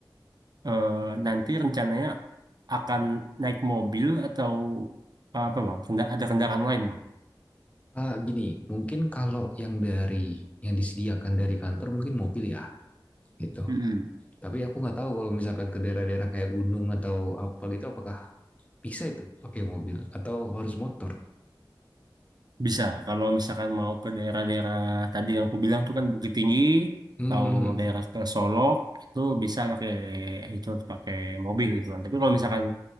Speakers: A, on the right; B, on the left.
A: eh, nanti rencananya akan naik mobil atau apa Bang? Kenda- ada kendaraan lain Bang?
B: Ah, gini, mungkin kalau yang dari yang disediakan dari kantor mungkin mobil ya gitu.
A: Mm-mm.
B: Tapi aku nggak tahu kalau misalkan ke daerah-daerah kayak gunung atau apa gitu apakah bisa itu pakai mobil atau harus motor.
A: Bisa, kalau misalkan mau ke daerah-daerah tadi yang aku bilang tuh kan Bukit Tinggi,
B: Hmm.
A: atau daerah ke Solok, itu bisa pakai itu pakai mobil gitu kan. Tapi kalau misalkan